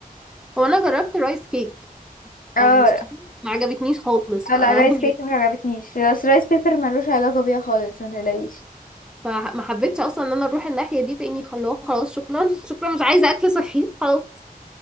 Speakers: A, in the centre; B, on the left.
A: هو انا جربت رايس كيك
B: اه
A: آه بس بصراحة ما عجبتنيش خالص
B: اه
A: ف <laughs>
B: لا الرايس كيك ما عجبتنيش بس الرايس بيبر ملوش علاقة بيها خالص ما تقلقيش
A: فما حبيتش اصلا ان انا اروح الناحيه دي تاني خلاص خلاص شكرا <laughs> شكرا مش عايزه اكل صحي خلاص